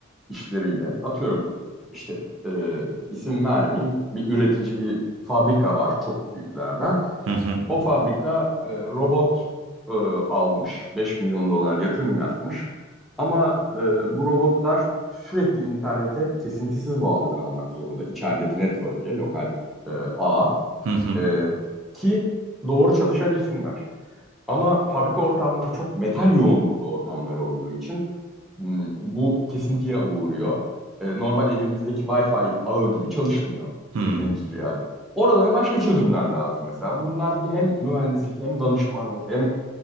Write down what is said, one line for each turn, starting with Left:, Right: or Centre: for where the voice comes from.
Centre: işleriyle. Atıyorum işte e, isim vermeyeyim bir üretici bir fabrika var çok büyüklerden.
Right: Hı hı.
Centre: O fabrika e, robot e, almış, 5 milyon dolar yatırım yapmış. Ama e, bu robotlar sürekli internete kesintisiz bağlı kalmak zorunda. İçerideki network'e, lokal e, ağa
Right: Hı hı.
Centre: e, ki doğru çalışabilsinler. Ama fabrika ortamları çok metal yoğunluklu ortamlar olduğu için m, bu kesintiye uğruyor. E, normal evimizdeki Wi-Fi ağı gibi çalışmıyor
Right: Hı.
Centre: in- endüstriyel. Oralara başka çözümler lazım mesela. Bunlar bir hem mühendislik hem danışmanlık hem